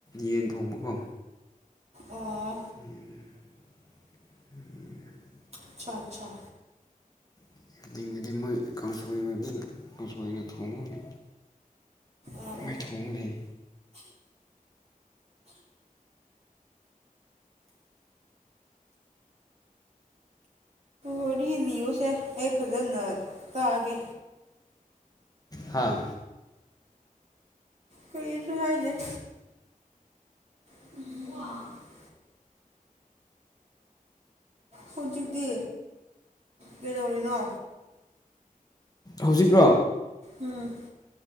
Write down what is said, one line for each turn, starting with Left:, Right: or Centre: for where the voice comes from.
Left: ꯌꯦꯟ ꯊꯣꯡꯕꯀꯣ
Right: ꯑꯣ
Left: ꯎꯝ
Right: ꯑꯆꯥ ꯑꯆꯥ
Left: <unintelligible> ꯃꯣꯏ ꯀꯥꯡꯁꯣꯏ ꯑꯣꯏꯕꯅꯤꯅ ꯀꯥꯡꯁꯣꯏꯅ ꯊꯣꯡꯉꯣꯅꯤ
Right: ꯑꯣ
Left: ꯃꯥꯏ ꯊꯣꯡ ꯂꯩ
Right: ꯋꯥꯔꯤ ꯂꯤꯌꯨꯁꯦ ꯑꯩ ꯐꯖꯅ ꯇꯥꯒꯦ
Left: ꯍꯥꯥ
Right: ꯀꯔꯤꯁꯨ ꯍꯥꯏꯗꯦ <inaudible> ꯍꯧꯖꯤꯛꯇꯤ ꯀꯩꯗꯧꯔꯤꯅꯣ
Left: ꯍꯧꯖꯤꯛꯔꯣ
Right: ꯎꯝ